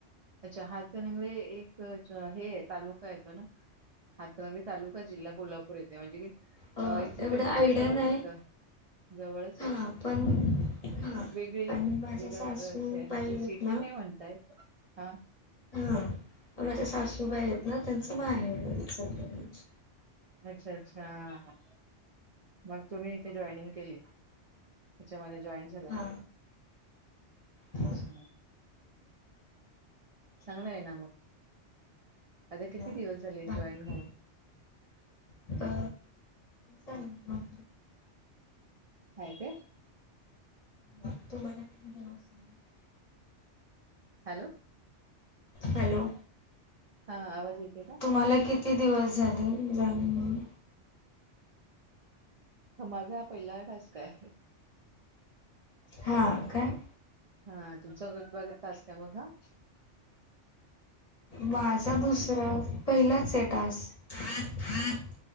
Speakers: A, on the right; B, on the left.
A: अच्छा. हातकणंगवे एक च हे आहे तालुका येतो ना, हातरा मी तालुका जिल्हा कोल्हापूर येते. म्हणजे कि,
B: अ
A: इंचलकरंजीच्या
B: एवढं आयडिया
A: जवळच
B: नाही
A: येतं. जवळच
B: हा
A: येत.
B: पण हा
A: वेगळी
B: आणि माझ्या
A: वेगळ
B: सासूबाई
A: कसं आहे म्हणजे
B: आहेत
A: सिटी
B: ना
A: नाही म्हणता येत. हा,
B: हा, माझ्या सासूबाई आहेत ना, त्यांचं माहेर आहे इचलकरंजी.
A: अच्छा अच्छा. मग तुम्ही ते जॉइनिंग केलीत. त्याच्यामध्ये जॉईन झालात.
B: हा हा
A: अच्छा. चांगलं आहे ना मग, आता किती
B: हा
A: दिवस झाले
B: बाकी
A: जॉईन होऊन.
B: अ, जाणं मग
A: काय ते
B: अ, तुम्हाला किती दिवस <unintelligible>
A: हॅलो,
B: हॅलो,
A: हा, आवाज येते का?
B: तुम्हाला किती दिवस झाले? जॉईन होऊन.
A: ह माझा पहिला टास्क आहे.
B: हा काय.
A: हा तुमचा <unintelligible> टास्क आहे मग हा.
B: माझा दुसरा पहिलाच आहे टास्क. <inaudible>